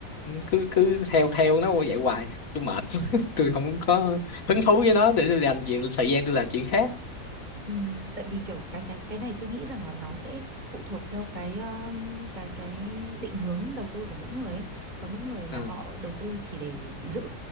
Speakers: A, on the left; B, on the right.
A: cứ cứ theo theo nó vậy hoài tôi mệt tôi không có hứng thú với nó để tôi dành chuyện thời gian tôi làm chuyện khác
B: Ừ, tại vì kiểu cái cái cái này tôi nghĩ rằng là nó sẽ phụ thuộc theo cái um, cái cái định hướng đầu tư của mỗi người ấy. Có những người là
A: Ờ,
B: họ đầu tư chỉ để giữ